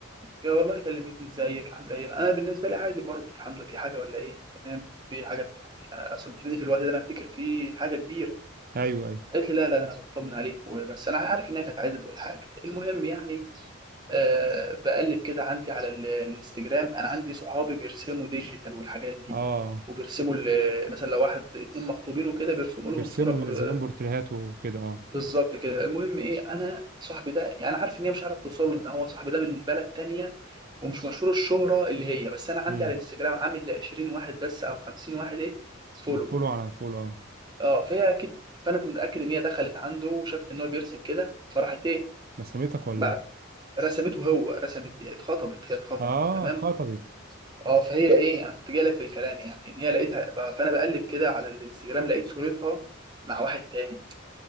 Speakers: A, on the right; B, on the right.
A: يا والله كلمتني إزيك عاملة إيه أنا بالنسبة لي عادي برضه الحمد لله في حاجة ولا إيه تمام في حاجة يعني آه، أصل بتفيدني في الوقت ده أنا أفتكر في حاجة كبيرة
B: ايوه ايوه
A: قالت لي لا لا ده أنا بطمن عليك وبس أنا عارف إنها كانت عايزة تقول حاجة المهم يعني آه، بقلب كده عندي على ال- الانستجرام انا عندي صحابي بيرسموا ديجيتال والحاجات دي
B: اه
A: وبيرسموا ال- مثلا لو واحد اتنين مخطوبين وكده بيرسموا لهم
B: بيرسموا
A: صوره بر-
B: بينزلون بورتريهات وكده اه
A: بالظبط كده المهم ايه انا صاحبي ده يعني عارف ان هي مش عارف توصل له ان هو صاحبي ده من بلد تانية ومش مشهور الشهره اللي هي بس انا عندي
B: امم
A: على الانستجرام عامل ل 20 واحد بس او 50 واحد ايه فولو
B: فولو على فولو اه
A: اه فهي اكيد فانا كنت متاكد ان هي دخلت عنده وشافت ان هو بيرسم كده فراحت ايه
B: رسمتك ولا
A: بعت
B: ايه
A: رسمته هو رسمت اتخطبت هي اتخطبت
B: اه
A: تمام
B: اتخطبت
A: اه فهي ايه انا كنت جاي لك في الكلام يعني ان هي لقيتها بقى فانا بقلب كده على الانستجرام لقيت صورتها مع واحد تاني